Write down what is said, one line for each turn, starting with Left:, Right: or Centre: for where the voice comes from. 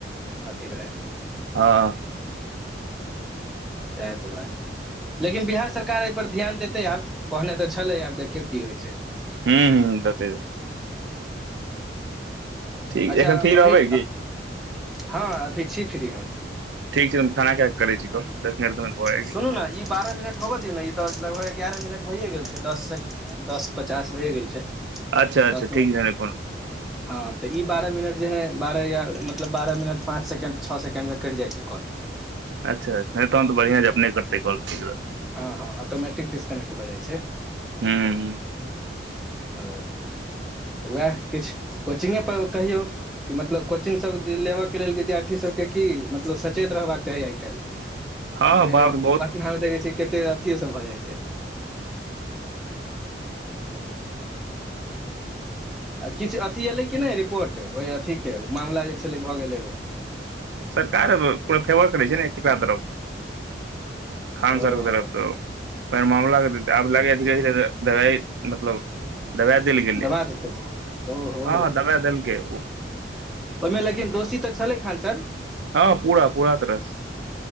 Centre: अथि रहै
Right: ह
Centre: ताहि दुआरे। लेकिन बिहार सरकार एहि पर ध्यान देते आब कहने तऽ छले आब देखियौ कि होइ छै
Right: हू तते ठीक
Centre: अच्छा
Right: एखन फ्री
Centre: अभी
Right: रहबै की
Centre: ह अभी छी फ्री हम
Right: ठीक छै तऽ हम खाना खा क कर छ छी दस मिनट भऽ
Centre: सुनू
Right: जाइ
Centre: ने इ बारह मिनट ऽ होबऽ दियौ ने ई लगभग एगारह मिनट भैए गेल छै दस से दस पचास भइए गेल छै।
Right: अच्छा अच्छा
Centre: दस मिनट
Right: ठीक छै कोनो
Centre: हँ तऽ ई बारह मिनट जे हइ बारह या मतलब बारह मिनट पाँच सेकेण्ड छओ सेकेण्ड मे कटि जाइ छै कॉल
Right: अच्छा नहि तहन तऽ बढ़िआ अपने करतै कल ठीक
Centre: हँ हँ ऑटोमैटिकऽ डिस्कनेक्ट भऽ जाइ छै
Right: हू।
Centre: ओ उएह किछु कोचिगे पर कहियौ कि मतलब कोचिंगसभ लेबयके लेल विद्यार्थी सभ के की मतलब सचेत रहबाक चाही आइ काल्हि
Right: हँ
Centre: पटना
Right: बाप रे बहुत फ्रॉड
Centre: मे
Right: चलै
Centre: देखै
Right: छै।
Centre: छियै कते अथि सभ भऽ जाइ छै आ किछ अथी एयलै कि नहि रिपोर्ट ओहि अथी के माला जे छलै भऽ गेल एगो
Right: सरकार पूरा फेवर करै छै न एकरा तरफ खान
Centre: ओ
Right: सरके तरफ तऽ फर मामला कऽ आब लगै धीरे धीरे दबाइ मतलब दबा देल गेल
Centre: दबा
Right: ले
Centre: देतै ओहो
Right: ह दबा देलके ओ
Centre: ओहिमे लेकिन दोषी त छलै खंसर
Right: हँ पुरा पुरा रस